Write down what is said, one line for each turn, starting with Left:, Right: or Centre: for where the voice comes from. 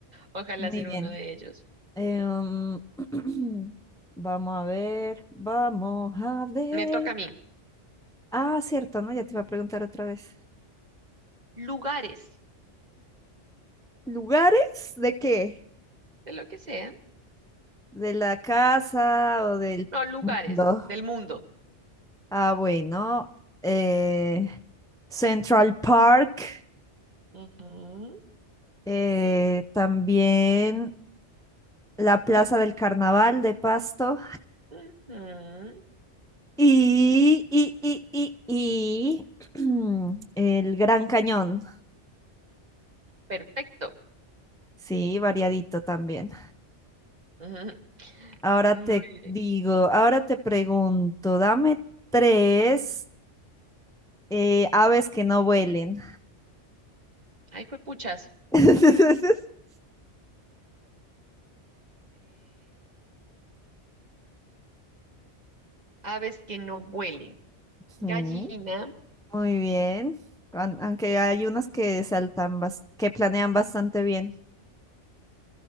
Right: Ojalá
Centre: Muy
Right: ser
Centre: bien.
Right: uno de ellos.
Centre: Em, <clears throat> vamos a ver, vamos a ver.
Right: Me toca a mí.
Centre: Ah, cierto, ¿no? Ya te iba a preguntar otra vez.
Right: Lugares,
Centre: ¿Lugares de qué?
Right: de lo que sea.
Centre: ¿De la casa o del
Right: No, lugares
Centre: mundo?
Right: del mundo.
Centre: Ah, bueno. eh, Central Park.
Right: Ujú,
Centre: eh, también la Plaza del Carnaval de Pasto.
Right: ujú.
Centre: Y, y, y, y, y <clears throat> el Gran Cañón.
Right: Perfecto.
Centre: Sí, variadito también.
Right: <laughs>
Centre: Ahora
Right: Ujú.
Centre: te
Right: Muy bien.
Centre: digo, ahora te pregunto, dame tres eh, aves que no vuelen.
Right: Ay, juepuchas.
Centre: <laughs>
Right: Aves que no vuelen. Gallina,
Centre: Ujú. Muy bien. An- Aunque hay unos que saltan, bas- que planean bastante bien.